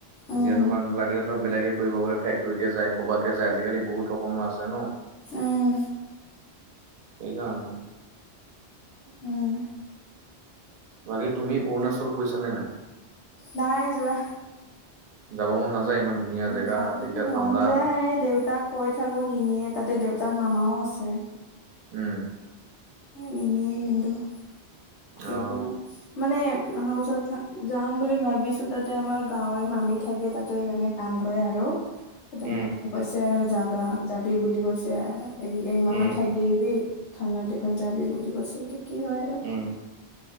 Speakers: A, on the right (about 60°); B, on the left (about 85°).
A: হাজিৰাটো
B: উম
A: কাৰণ লাগিলে ধৰ বেলেগ কৰিব গ'লে ফেকট'ৰিতে যায় ক'বতে যায় আজিকালি বহুত ৰকমৰ আছে ন'।
B: উম
A: সেইকাৰণে।
B: উম,
A: বাকি তুমি অৰুণাচল গৈছানে নাই?
B: নাই যোৱা
A: যাব মন নাযায় ইমান? ধুনীয়া
B: উম,
A: জেগা
B: যাবতো
A: তেতিয়া ঠাণ্ডা
B: মন যায় দেউতাক কৈ থাকোঁ নিনিয়ে তাতে দেউতাৰ মামাও আছে।
A: উম,
B: উম, নিনিয়ে কিন্তু, <unintelligible>
A: অ
B: মানে আহা বছৰত যাম বুলি ভাবিছো তাতে আমাৰ গাঁৱৰে মামি থাকে তাতে মানে কাম কৰে আৰু। তাতে
A: উম
B: মায়ে কৈছে যাবা, যাবি বুলি কৈছে এ একমাহ
A: উম
B: মান থাকি বি, ঠাণ্ডা দিনত যাবি বুলি কৈছে এতিয়া কি হয় আৰু।
A: উম